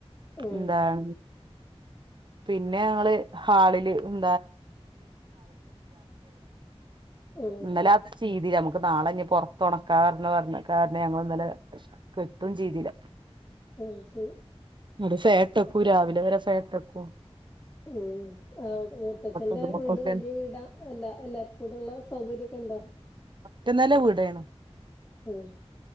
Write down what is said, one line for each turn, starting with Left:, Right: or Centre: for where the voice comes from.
Left: ആഹ്
Right: എന്താണ് പിന്നെ ഞങ്ങള് ഹാളില് ഉം
Left: ആഹ്
Right: ഇന്നലെ രാത്രി ചെയ്തില്ലനമുക്ക് നാളെ ഇനി പൊറത്തൊണക് കാരണ പറഞ്ഞ കാരണം ഞങ്ങൾ ഇന്നലെ കിട്ടും ചെയ്തില്ല
Left: ആ ശരി
Right: നട്ട് ഫാൻ ഇട്ടെക്കും രാവിലെ വരെ ഫാൻ ഇട്ട് വെക്കും
Left: ഉം അവടെ മൂത്തച്ഛന്റെ
Right: ഇതുമ്മക്കൊക്കെ
Left: വീട് വലിയ വീടാ എല്ല എല്ലാർക്കും കൂടെള്ള സൗകര്യൊക്കെ ഉണ്ടോ
Right: ഒറ്റ നല്ല വീടയാണ് <unintelligible>
Left: ഉം